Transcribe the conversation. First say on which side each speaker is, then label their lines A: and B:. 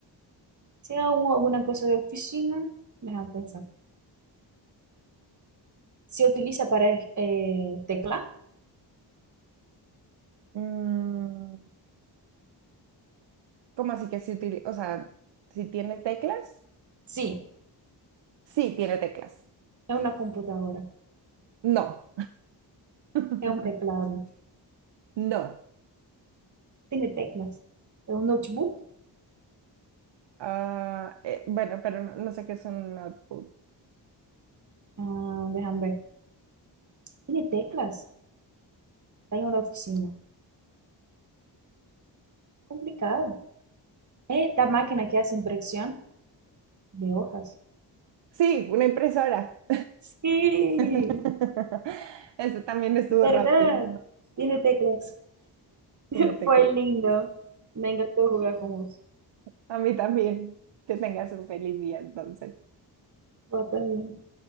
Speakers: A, on the right; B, on the right.
A: Si hago alguna cosa de oficina, déjame pensar. ¿Se utiliza para eh, tecla?
B: Mm, ¿cómo así que si utili- o sea, si tiene teclas?
A: Sí,
B: Sí, tiene teclas.
A: es una computadora,
B: No. <laughs>
A: es un teclado.
B: No.
A: Tiene teclas. ¿Es un notebook?
B: Ah, eh, bueno, pero no, no sé qué es un notebook.
A: Ah, déjame ver. ¿Tiene teclas? Está en una oficina. Complicado. ¿Es esta máquina que hace impresión de hojas?
B: Sí, una impresora.
A: Sí,
B: <laughs> Este también estuvo
A: ¿verdad?
B: rápido.
A: Tiene teclas. <laughs>
B: Tiene teclas.
A: Fue lindo. Me encantó jugar con vos.
B: A mí también. Que tengas un feliz día entonces.
A: Vos también.